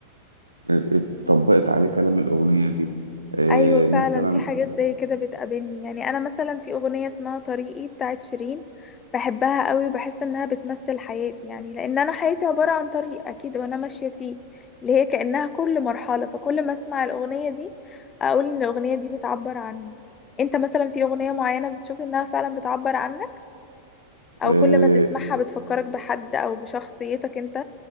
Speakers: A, on the right (about 80°); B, on the left (about 25°).
A: اتطبقت عليه كلام الأغنية دي آه،
B: ايوه فعلا
A: مثلا
B: في حاجات زي كده بتقابلني يعني انا مثلا في اغنيه اسمها طريقي بتاعت شيرين بحبها قوي وبحس انها بتمثل حياتي يعني لان انا حياتي عباره عن طريق اكيد وانا ماشيه فيه اللي هي كانها كل مرحله فكل ما اسمع الاغنيه دي اقول ان الاغنيه دي بتعبر عني انت مثلا في اغنيه معينه بتشوف انها فعلا بتعبر عنك او
A: آه،
B: كل ما تسمعها بتفكرك بحد او بشخصيتك انت